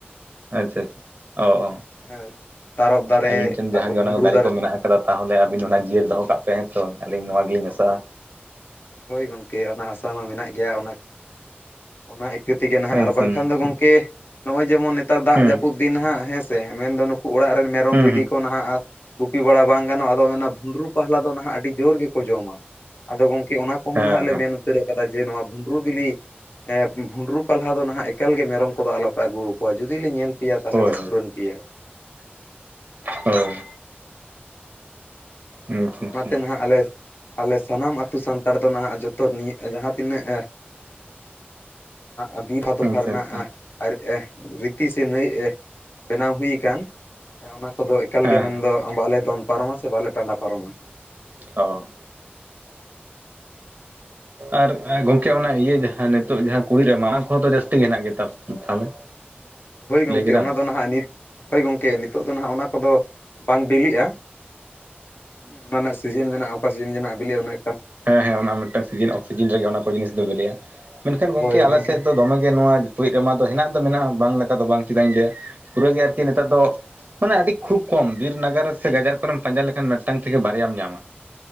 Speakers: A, on the right (about 50°); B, on the left (about 60°).
A: ᱟᱪᱪᱷᱟ ᱟᱪᱪᱷᱟ ᱚ
B: ᱦᱮᱸ ᱛᱟᱨᱚᱵ ᱫᱟᱨᱮ
A: ᱟᱹᱵᱤᱱ ᱴᱷᱮᱱ
B: ᱛᱟᱯᱚᱨ
A: ᱡᱟᱦᱟᱸᱜᱮ
B: ᱵᱷᱩᱸᱰᱨᱩ
A: ᱚᱱᱟ ᱠᱚ ᱫᱟᱨᱮ ᱠᱚ ᱢᱮᱱᱟᱜ ᱠᱟᱫᱟ ᱠᱟᱫᱟ ᱛᱟᱦᱚᱞᱮ ᱟᱵᱤᱱ ᱚᱱᱟ ᱡᱤᱭᱟᱹᱲ ᱫᱚ ᱠᱟᱜ ᱯᱮ ᱦᱮᱸ ᱥᱮ ᱵᱟᱝ ᱟᱹᱞᱤᱧ ᱱᱚᱣᱟ ᱜᱮᱞᱤᱧ ᱟᱥᱚᱜᱼᱟ
B: ᱦᱳᱭ ᱜᱚᱢᱠᱮ ᱚᱱᱟ ᱟᱥᱟ ᱢᱟ ᱢᱮᱱᱟᱜ ᱜᱮᱭᱟ ᱚᱱᱟ ᱚᱱᱟ ᱤᱭᱟᱹ ᱛᱮᱜᱮ ᱱᱟᱦᱟᱜ
A: ᱦᱮᱸ
B: ᱟᱨ
A: ᱥᱮ
B: ᱵᱟᱝᱠᱷᱟᱱ
A: ᱦᱩᱸ
B: ᱫᱚ ᱜᱚᱢᱠᱮ ᱱᱚᱜᱼᱚᱭ ᱡᱮᱢᱚᱱ ᱱᱮᱛᱟᱨ ᱫᱟᱜ
A: ᱦᱩᱸ
B: ᱡᱟᱹᱯᱩᱫ ᱫᱤᱱ ᱦᱟᱸᱜ ᱦᱮᱸ ᱥᱮ ᱢᱮᱱ ᱫᱚ ᱱᱩᱠᱩ ᱚᱲᱟᱜ ᱨᱮᱱ ᱢᱮᱨᱚᱢ
A: ᱦᱩᱸ
B: ᱵᱷᱤᱰᱤ ᱠᱚ ᱱᱟᱦᱟᱜ ᱟᱨ ᱜᱩᱯᱤ ᱵᱟᱲᱟ ᱵᱟᱝ ᱜᱟᱱᱚᱜᱼᱟ ᱟᱫᱚ ᱚᱱᱟ ᱵᱷᱩᱸᱰᱨᱩ ᱯᱟᱦᱞᱟ ᱫᱚ ᱱᱟᱦᱟᱜ ᱟᱹᱰᱤ ᱡᱳᱨ ᱜᱮ ᱠᱚ ᱡᱚᱢᱟ ᱟᱫᱚ ᱜᱚᱝᱠᱮ ᱚᱱᱟ ᱚᱦᱚᱸ
A: ᱦᱮᱸ
B: ᱱᱟᱦᱟᱜ ᱞᱮ
A: ᱦᱮᱸ
B: ᱢᱮᱱ ᱩᱛᱟᱹᱨ ᱠᱟᱫᱟ ᱡᱮ ᱱᱚᱣᱟ ᱵᱷᱩᱸᱰᱨᱩ ᱵᱤᱞᱤ ᱦᱮᱸ ᱵᱷᱩᱸᱰᱨᱩ ᱯᱟᱞᱦᱟ ᱫᱚ ᱱᱟᱦᱟᱜ ᱮᱠᱟᱞ ᱜᱮ ᱢᱮᱨᱚᱢ ᱠᱚᱫᱚ ᱟᱞᱚᱯᱮ ᱟᱹᱜᱩ ᱟᱠᱚᱣᱟ ᱡᱩᱫᱤ ᱞᱤᱧ ᱧᱮᱞ ᱯᱮᱭᱟ ᱛᱟᱞᱦᱮ
A: ᱦᱳᱭ
B: ᱞᱮ ᱯᱷᱩᱨᱟᱹᱱ ᱯᱮᱭᱟ
A: ᱦᱳᱭ
B: ᱦᱩᱸ
A: ᱟᱪᱪᱷᱟ
B: ᱟᱫᱚ
A: ᱟᱪᱪᱷᱟ
B: ᱚᱱᱟᱛᱮ ᱱᱟᱦᱟᱜ ᱟᱞᱮ ᱟᱞᱮ ᱥᱟᱱᱟᱢ ᱟᱹᱛᱩ ᱥᱟᱱᱛᱟᱲ ᱫᱚ ᱱᱟᱦᱟᱜ ᱡᱚᱛᱚ ᱱᱤᱭᱟᱹ ᱡᱟᱦᱟᱸ ᱛᱤᱱᱟᱹᱜ ᱮ ᱟᱜ ᱵᱤᱨ ᱦᱚ ᱟᱫᱚ
A: ᱟᱪᱪᱷᱟ
B: ᱯᱷᱟᱨᱱᱟᱜ-ᱟ ᱟᱨ ᱨᱤᱛᱤ ᱥᱮ ᱱᱟᱹᱭ ᱵᱮᱱᱟᱣ ᱦᱩᱭ ᱟᱠᱟᱱ ᱦᱮᱸ ᱚᱱᱟ ᱠᱚᱫᱚ ᱮᱠᱟᱞ
A: ᱦᱮᱸ
B: ᱜᱮ ᱢᱮᱱ
A: ᱦᱮᱸ
B: ᱫᱚ ᱵᱟᱞᱮ ᱫᱚᱱ ᱯᱟᱨᱚᱢᱟ ᱥᱮ ᱵᱟᱞᱮ ᱴᱟᱸᱰᱟ ᱯᱟᱨᱚᱢᱟ
A: ᱚ ᱟᱨ ᱜᱚᱢᱠᱮ ᱚᱱᱟ ᱤᱭᱟᱹ ᱡᱟ ᱦᱮᱸ ᱱᱤᱛᱚᱜ ᱡᱟᱦᱟᱸ ᱠᱩᱲᱤᱡᱽ ᱨᱟᱢᱟ ᱚᱱᱟ ᱠᱚᱦᱚᱸ ᱫᱚ ᱡᱟᱹᱥᱛᱤ ᱜᱮ ᱦᱮᱱᱟᱜ ᱜᱮᱛᱟ ᱯᱮ ᱛᱟᱦᱚᱞᱮ
B: ᱦᱳᱭ ᱜᱚᱢᱠᱮ
A: ᱞᱟᱹᱭ ᱠᱮᱫᱟᱢ
B: ᱚᱱᱟ ᱫᱚ ᱱᱟᱦᱟᱜ ᱱᱤᱛ ᱦᱳᱭ ᱜᱚᱢᱠᱮ ᱱᱤᱛᱚᱜ ᱫᱚ ᱱᱟᱦᱟᱜ ᱚᱱᱟ ᱠᱚᱫᱚ ᱵᱟᱝ ᱵᱤᱞᱤᱜᱼᱟ ᱦᱩᱸ ᱚᱱᱟ ᱨᱮᱱᱟᱜ ᱥᱤᱡᱤᱱ ᱢᱮᱱᱟᱜᱼᱟ ᱚᱠᱟ ᱥᱤᱡᱤᱱ ᱵᱤᱞᱤᱜᱟ ᱚᱱᱟ
A: ᱦᱮᱸ ᱦᱮᱸ ᱚᱱᱟ ᱢᱤᱫᱴᱟᱝ ᱥᱤᱡᱤᱱ ᱚᱯᱷ ᱥᱤᱡᱤᱱ ᱨᱮᱜᱮ ᱚᱱᱟ ᱠᱚ ᱡᱤᱱᱤᱥ ᱫᱚ ᱵᱮᱞᱮᱜ-ᱟ ᱢᱮᱱᱠᱷᱟᱱ ᱜᱚᱝᱠᱮ
B: ᱦᱳᱭ
A: ᱟᱞᱮ
B: ᱢᱮᱱᱠᱷᱟᱱ
A: ᱥᱮᱫ ᱫᱚ ᱫᱚᱢᱮᱜᱮ ᱱᱚᱣᱟ ᱠᱩᱲᱤᱡᱽ ᱨᱟᱢᱟ ᱫᱚ ᱦᱮᱱᱟᱜ ᱫᱚ ᱢᱮᱱᱟᱜᱼᱟ ᱵᱟᱝ ᱞᱮᱠᱟ ᱫᱚ ᱵᱟᱝ ᱪᱮᱫᱟᱜ ᱤᱧ ᱞᱟᱹᱭᱟ ᱯᱩᱨᱟᱹ ᱜᱮ ᱟᱨᱠᱤ ᱱᱮᱛᱟᱨ ᱫᱚ ᱢᱟᱱᱮ ᱟᱹᱰᱤ ᱠᱷᱩᱵ ᱠᱚᱢ ᱵᱤᱨ ᱱᱟᱜᱟᱨ ᱥᱮ ᱜᱟᱡᱟᱨ ᱠᱚ ᱨᱮᱢ ᱯᱟᱸᱡᱟ ᱞᱮᱠᱷᱟᱱ ᱢᱤᱫᱴᱟᱝ ᱛᱷᱮᱠᱮ ᱵᱟᱨᱭᱟᱢ ᱧᱟᱢᱟ᱾